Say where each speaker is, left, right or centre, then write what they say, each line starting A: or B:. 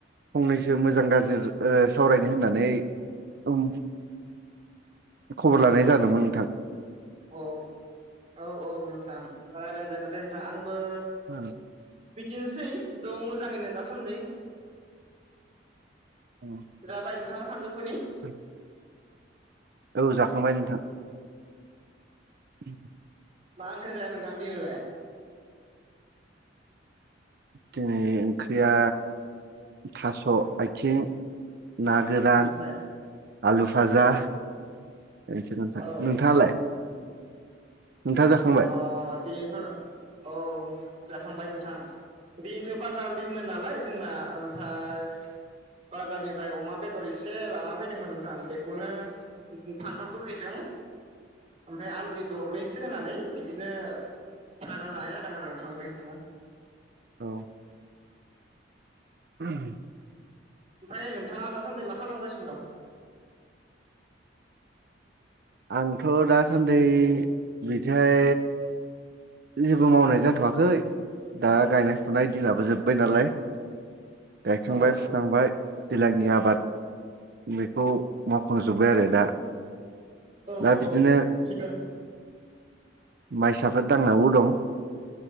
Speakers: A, on the right; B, on the right.
A: फंनैसो मोजां गाज्रि ओ सावरायनो होननानै <unintelligible> खबर लानाय जादोंमोन नोंथां।
B: औ-औ-औ नोंथां रायलायजागोन दे नोंथां आंबो
A: ओ
B: बिदिनोसै दं मोजाङैनो दासान्दै।
A: <inaudible>
B: जाबाय नोंथाङा सानजौफुनि?
A: <inaudible> औ जाखांबाय नोंथां। <inaudible>
B: मा ओंख्रि जाया नोंथां दिनैलाय?
A: दिनै ओंख्रिया थास' आयथिं ना गोरान
B: ओमफ्राय
A: आलु फाजा
B: औ
A: बेनोसै नोंथां।
B: औ
A: नोंथाङालाय? नोंथाङा जाखांबाय
B: अ दिनैथ' औ जाखांबाय नों थां दिनैथ' बाजार दिनमोन नालाय जोंना ओमफाय बाजारनिफ्राय अमा बेदर एसे लानानानै फैदोंमोन नोंथां बेखौनो <unintelligible> फान्थाव गोखैजों ओमफाय आलु दरनैस ओ होनानै बिदिनो भाजा जानाय जादों आरो थांबाय <unintelligible>
A: औ उ <inaudible>
B: ओमफ्राय नोंथाङा दासान्दि मा खालामगासिनो दं?
A: आंथ' दासान्दि बिहाय जेबो मावनाय जाथ'वाखै दा गायनाय -फुनाय दिनाबो
B: औ
A: जोब्बाय नालाय दखं
B: औ
A: बाय थांबाय दैलाांनि आबाद बेखौ मावफुंजोब्बाय आरो दा
B: औ
A: दा
B: औ
A: बिदिनो
B: थिगा
A: माइसाफोर दांनांगौ दं।